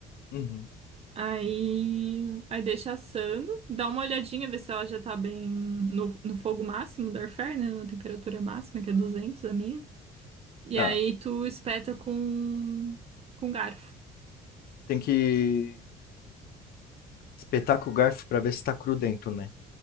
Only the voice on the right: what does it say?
Aí, aí deixa assando, dá uma olhadinha, ver se ela já tá bem no, no fogo máximo do air fryer, né, na temperatura máxima, que é 200 a minha. E
aí tu espeta com com garfo.